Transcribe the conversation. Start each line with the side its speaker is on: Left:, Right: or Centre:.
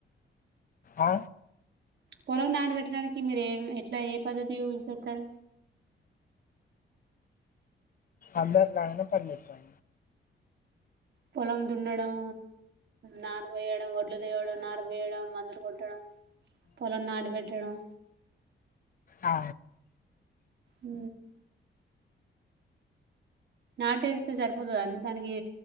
Left: ఆ
Right: పొలం నాడుబెట్టడానికి మీరు ఏ ఎట్లా ఏ పద్ధతి యూస్ చేస్తారు
Left: అందరిలాగానేన పనిచెత్తం
Right: పొలం దున్నడం నార్బైయేడం వడ్లు తేయడం నార్భై వేడం మందులు కొట్టడం పొలం నాటు పెెట్టడం
Left: ఆ,
Right: అ నాటేస్తే సరిపోతుంది అని దానికి